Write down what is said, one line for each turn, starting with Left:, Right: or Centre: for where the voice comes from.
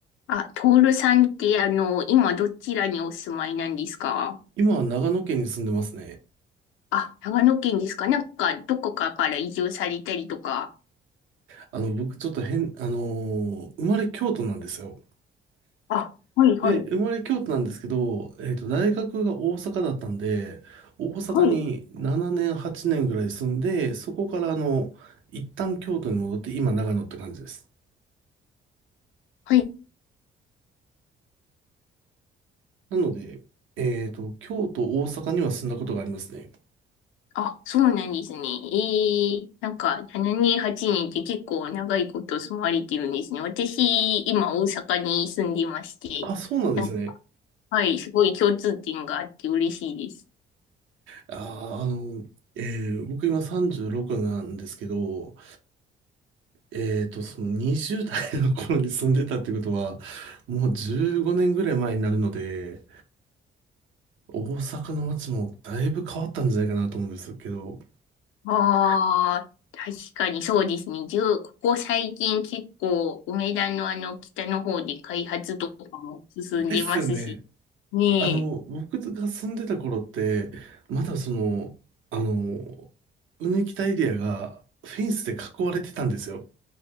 Left: あ、トールさんって、あの、今どちらにお住まいなんですか
Right: 今は長野県に住んでますね。
Left: あ、長野県ですかなんか、どこかから移住されたりとか。
Right: あの、僕ちょっと変、あのー生まれ京都なんですよ。
Left: あ、はい、はい、
Right: で、生まれ京都なんですけど、えっと、大学が大阪だったんで、大阪に7年、
Left: はい、
Right: 8年ぐらい住んで、そこからあの、一旦京都に戻って、今長野って感じです。
Left: はい。
Right: なので、えっと、京都、大阪には住んだことがありますね。
Left: あ、そうなんですね。ええなんか、7年、8年って結構長いこと住まれてるんですね。私、今、大阪に住んでまして、
Right: あ、そうなんですね。
Left: なんかはい、すごい共通点があって嬉しいです。
Right: あー、あの、えー僕今36なんですけど、えっと、その20代の頃に住んでたってことは、もう15年ぐらい前になるので、大阪の街もだいぶ変わったんじゃないかなと思うんですけど。
Left: ああ、確かにそうですね。じゅうここ最近結構、梅田のあの北の方で開発とかも進んでますし。
Right: ですよね。
Left: ねえ。
Right: あの、僕が住んでた頃って、まだその、あの、うぬきたエリアがフェンスで囲われてたんですよ。